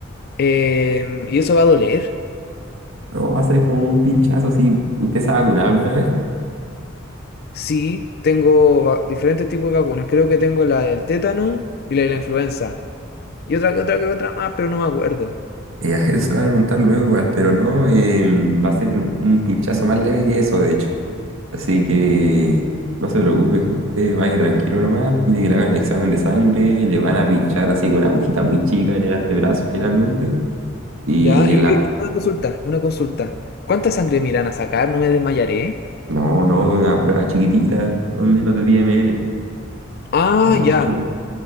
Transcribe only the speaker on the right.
No, va a ser como un pinchazo si usted se ha vacunado alguna vez.
Eh, <laughs> eso se lo van a preguntar luego igual, pero no, eh, va a ser un pinchazo más leve que eso, de hecho. Así que no se preocupe, usted vaya tranquilo nomás, pide que le hagan el examen de sangre, le van a pinchar así con una agujita muy chica en el antebrazo generalmente. Y
la...
No, no, una prueba chiquitita, son menos de diez ml.
Eh, no
mucho